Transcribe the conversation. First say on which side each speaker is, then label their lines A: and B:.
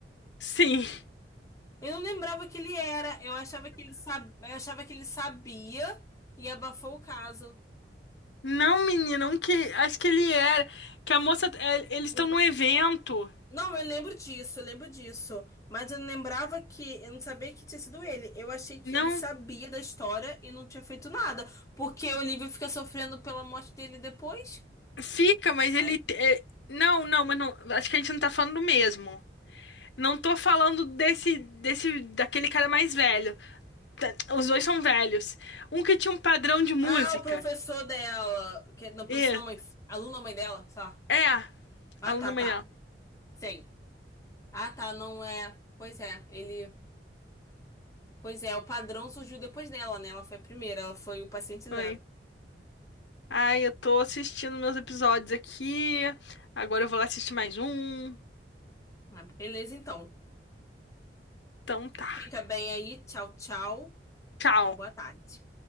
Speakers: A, on the left (about 80°); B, on the left (about 20°).
A: Sim.
B: Eu não lembrava que ele era. Eu achava que ele sab... eu achava que ele sabia e abafou o caso.
A: Não, menina, um que. Acho que ele era. Que a moça. é, eles
B: O-
A: estão num
B: o-
A: evento.
B: Não, eu lembro disso, eu lembro disso. Mas eu não lembrava que. Eu não sabia que tinha sido ele. Eu achei que
A: Não.
B: ele sabia da história e não tinha feito nada. Porque o Olivia fica sofrendo pela morte dele depois.
A: Fica, mas
B: Ai,
A: ele. é, não, não, mas não. Acho que a gente não tá falando do mesmo. Não tô falando desse, desse, daquele cara mais velho. Tá, Os dois são velhos. Um que tinha um padrão de música.
B: Ah, o professor dela. Que... é- Não, professor
A: E
B: da mãe. Aluno da mãe dela, sei lá.
A: é,
B: Ah,
A: aluno
B: tá,
A: melhor.
B: tá. Sim. Ah, tá, não é. Pois é, ele. Pois é, o padrão surgiu depois dela, né? Ela foi a primeira, ela foi o paciente zero.
A: Foi. Ai, eu tô assistindo meus episódios aqui. Agora eu vou lá assistir mais um.
B: Ah, beleza, então.
A: Então tá.
B: Fica bem aí. Tchau, tchau.
A: Tchau.
B: Boa tarde.